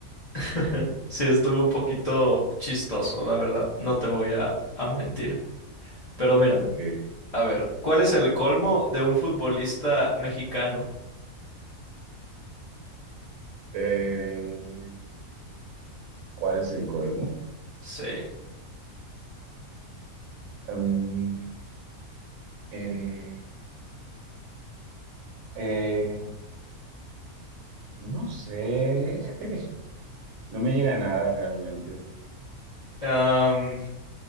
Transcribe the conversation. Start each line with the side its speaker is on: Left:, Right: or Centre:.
Left: <laughs> Sí, estuvo un poquito chistoso, la verdad, no te voy a, a mentir. Pero mira,
Right: Ok.
Left: a ver, ¿cuál es el colmo de un futbolista mexicano?
Right: Eh, ¿cuál es el colmo?
Left: Sí.
Right: Mm, eh, eh, no sé. <laughs> No me llega nada realmente.
Left: am,